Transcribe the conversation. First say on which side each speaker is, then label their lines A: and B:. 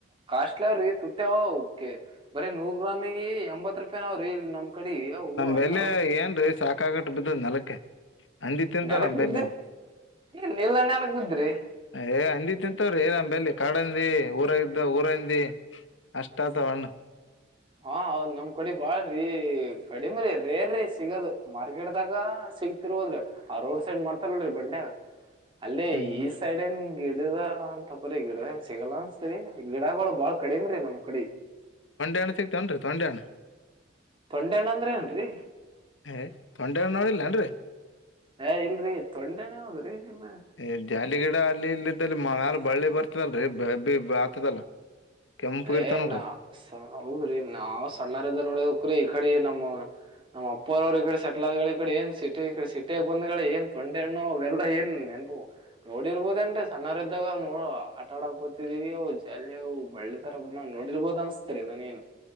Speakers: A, on the right; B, on the left.
A: ಕಾಶ್ ಟ್ಲ ತುಟ್ಟ್ಯಾವ ಕೆ ಬರೀ ನೂರ್ ಗ್ರಾಮಿಗೆ ಎಂಬತ್ ರೂಪಾಯಿ ನಾವ್ರೀ ನಮ್ ಕಡೆ ‌ರೀ ಅವು. ಹಣ್ಣು
B: ಮೇಲೆ ಏನ್ರೀ ಸಾಕಾಗಟ್ ಬಿದ್ದದ್ ನಲ್ಕ. ಅಂದಿ ತಿಂತ
A: ನೆಲಕ್
B: ನ
A: ಬಿದ್ರಿ
B: ಬೆಲ್ಲ.
A: ಇಲ್ ಇಲ್ಲ ನೆಲಕ್ ಬಿದ್ರಿ
B: ಏ ಅಂದಿತಿಂತವ್ರಿ ಏ ನ ಬೆಲ್ಲಿ ಕಾಡಂದಿ
A: ಅಯ್ಯೋ
B: ಊರಾಗಿದ್ದ ಊರಂದಿ. ಅಷ್ಟಾ ತಗ್ಣ.
A: ಹಾ ಹೌದ್ ನಮ್ ಕಡಿ ಬಾಳ್ರಿ. ಕಡಿಮ್ರೀ ರೇರ್ರಿ ಸಿಗೋದು ಮಾರ್ಕೆಟ್ದಾಗ ಸಿಗ್ತಿರ್ ಹೋದ್ರಿ ಆ ರೋಡ್ ಸೈಡ್ ಮಾಡ್ತಾರಲ್ರರಿ ಬಣ್ಣೆ. ಅಲ್ಲೇ
B: ಹ್ಮ್
A: ಈ ಸೈಡ್ ಏನ್ ಗಿಡದ ಅಂತಪ್ರ ಗಿಡ ಸಿಗಲ್ಲ ಅನ್ಸ್ತರಿ. ಗಿಡಗಳು ಬಾಳ ಕಡಿಮ ರೀ ನಮ್ ಕಡೆ.
B: ತನ್ ಸಿಕ್ತೆನ್ರಿ ತೊಂಡೆ ಹಣ್ಣ.
A: ತೊಂಡೆ ಹಣ್ಣ ಅಂದ್ರ ಏನ್ರಿ.
B: ಏ ತೊಂಡೆಹಣ್ ನೋಡಿಲ್ಲೇಏನ್ರರಿ.
A: ಏ ಇಲ್ರಿ ತೊಂಡೆಹಣ್ ಹೌದ್ರಿ ಇ
B: ಏ ಜಾಲಿ ಗಿಡ ಅಲ್ಲಿ ಇಲ್ಲಿದ್ದಲ್ಲಿ ಮಾಲ ಬಳ್ಳಿ ಬರ್ತದಲ್ರೀ ಆತದಲ್ಲ. ಕೆಂಪು
A: ಏ
B: ಇರ್ತಾವ ನೋಡ್ರಿ
A: ನಾ ಸ ಹದ್ರಿ ನಾವವು ಸಣ್ಣಾರೊರಿದ್ದಾಗ ನೊಡ್ಬೆಕ್ರಿ. ಕಡೆ ನಮ್ <unintelligible> ಇಪ್ಪೋರ ಅವ್ರ ಈ ಕಡೆ ಸೆಟ್ಲ್ ಆದಗಳ ಈಡೆ ಏನ್ ಸಿಟಿ ಈಡೆ ಸಿಟಿಯಾಗ ಬಂದಗಳು ಏನ್ ತೊಂಡೆ ಹಣ್ಣ ಎಲ್ಲ ಏನ್ ನೆನ್ಪು. ನೋಡಿರ್ಬೋದೇಏನ್ರೀ ಸಣ್ಣವರ ಇದ್ದಾಗ ನ ಆಟ ಆಡಕ್ಕೊತಿದೀವಿ ಅವು ಜಾಲ ಅವು. <unintelligible> ನಾನ್ ನೋಡಿರ್ಬೋದು ಅನ್ಸ್ತರಿ ನಾನ್ ಏನು.